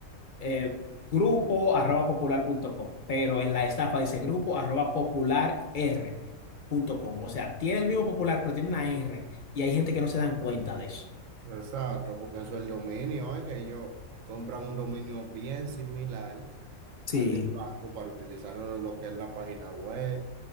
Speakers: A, on the left; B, on the right.
A: eh, grupo arroba popular.com, pero en la estafa dice grupo arroba popularr.com. O sea, tiene el mismo popular, pero tiene una R y hay gente que no se dan cuenta de eso.
B: Exacto, porque eso es el dominio, es que ellos compran un dominio bien similar al
A: Sí,
B: del banco para utilizarlo en lo que es la página web